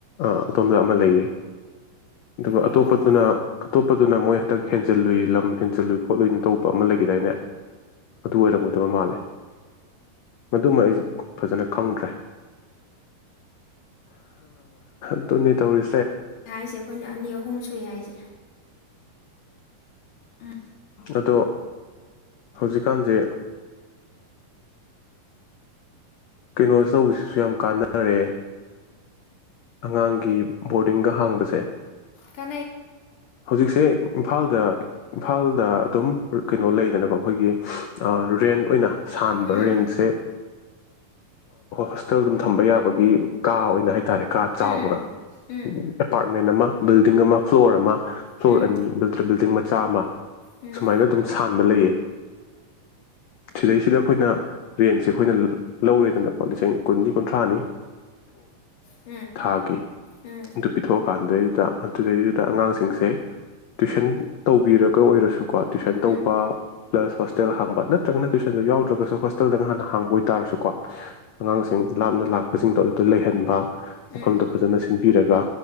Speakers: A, on the left; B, on the left.
A: ꯑ ꯁꯣꯝꯗ ꯑꯃ ꯂꯩꯌꯦ ꯑꯗꯨꯒ
B: ꯑꯣ
A: ꯑꯇꯣꯞꯄꯗꯨꯅ ꯑꯇꯣꯞꯄꯗꯨꯅ ꯃꯣꯏ ꯍꯟꯇꯛ ꯍꯦꯟꯖꯜꯂꯨꯏ ꯂꯝ ꯍꯦꯟꯖꯜꯂꯨꯏ ꯈꯣꯠꯂꯣꯏꯅ ꯇꯄ ꯑꯃ ꯂꯩꯈꯤꯗꯥꯏꯅꯦ ꯑꯗꯨ ꯑꯣꯏꯔꯦ ꯕ ꯃꯥꯜꯂꯦ ꯃꯃ ꯑꯩ ꯐꯖꯅ ꯈꯪꯗ꯭ꯔꯦ ꯑꯗꯨꯅꯦ ꯇꯧꯔꯤ
B: ꯍꯥꯏꯁꯦ ꯑꯩꯈꯣꯏꯅ ꯑꯅꯤ ꯑꯍꯨꯝ ꯁ ꯁꯨꯏ ꯍꯥꯏꯁꯦ ꯎꯝ
A: ꯑꯗꯣ ꯍꯧꯖꯤꯛꯀꯥꯟꯁꯦ ꯀꯩꯅꯣꯁꯦ ꯇꯧꯕꯁꯤꯁꯨ ꯌꯥꯝ ꯀꯥꯟꯅꯔꯦ ꯑꯉꯥꯡꯒꯤ ꯕꯣꯔꯗꯤꯡꯒ ꯍꯥꯡꯕꯁꯦ
B: ꯀ
A: ꯍꯧꯖꯤꯛꯁꯦ ꯏꯝꯐꯥꯜꯗ ꯏꯝꯐꯥꯜꯗ ꯑꯗꯨꯝ ꯀꯩꯅꯣ ꯂꯩꯗꯅꯀꯣ ꯑꯩꯈꯣꯏꯒꯤ ꯔꯦꯟ ꯑꯣꯏꯅ ꯁꯥꯟꯕ
B: ꯎꯝ
A: ꯔꯤꯟꯁꯦ ꯍꯇꯦꯜ ꯑꯗꯨꯝ ꯊꯝꯕ ꯌꯥꯕꯒꯤ ꯀꯥ ꯑꯣꯏꯅ ꯍꯥꯏꯇꯥꯔꯦ ꯀꯥ
B: ꯎꯝ
A: ꯆꯥꯎꯅ
B: ꯎꯝ
A: ꯑꯦꯄꯥꯔꯠꯃꯦꯟ ꯑꯃ ꯕꯤꯜꯗꯤꯡ ꯑꯃ ꯐ꯭ꯂꯣꯔ ꯑꯃ ꯐ꯭ꯂꯣꯔ
B: ꯎꯝ
A: ꯑꯅꯤ ꯕꯤꯜꯗꯤꯡ ꯃꯆꯥ ꯑꯃ
B: ꯎꯝ
A: ꯁꯨꯃꯥꯏꯅ ꯑꯗꯨꯝ ꯁꯥꯟꯕ ꯂꯩꯌꯦ ꯁꯤꯗꯩꯁꯤꯗ ꯑꯩꯈꯣꯏꯅ ꯔꯦꯟꯁꯦ ꯑꯩꯈꯣꯏꯅ ꯂꯧꯔꯦꯗꯅꯀꯣ ꯂꯤꯁꯤꯡ ꯀꯨꯟꯅꯤ ꯀꯨꯟꯊ꯭ꯔꯥꯅꯤ
B: ꯎꯝ
A: ꯊꯥꯒꯤꯦ
B: ꯎꯝ ꯎꯝ ꯎꯝ
A: ꯑꯗꯨ ꯄꯤꯊꯣꯛꯑꯀꯥꯟꯗꯨꯗꯩꯗꯨꯗ ꯑꯗꯨꯗꯩꯗꯨꯗ ꯑꯉꯥꯡꯁꯤꯡꯁꯦ ꯇꯨꯏꯁꯟ ꯇꯧꯕꯤꯔꯒ ꯑꯣꯏꯔꯁꯨꯀꯣ ꯇꯨꯏꯁꯟ ꯇꯧꯕ
B: ꯎꯝ
A: ꯄ꯭ꯂꯁ ꯍꯣꯁꯇꯦꯜ ꯍꯥꯡꯕ ꯅꯠꯇ꯭ꯔꯒꯅ ꯇ꯭ꯋꯨꯏꯁꯟꯗꯣ ꯌꯥꯎꯗ꯭ꯔꯒꯁꯨ ꯍꯣꯁꯇꯦꯜꯗꯒ ꯍꯥꯟꯅ ꯍꯥꯡꯕ ꯑꯣꯏꯇꯥꯔꯁꯨꯀꯣ ꯑꯉꯥꯡꯁꯤꯡ ꯂꯥꯞꯅ ꯂꯥꯛꯄꯁꯤꯡꯗꯣ ꯑꯗꯨꯗ ꯂꯩꯍꯟꯕ ꯃꯐꯝꯗ
B: ꯎꯝ ꯎꯝ
A: ꯐꯖꯅ ꯁꯤꯟ ꯄꯤꯔꯒ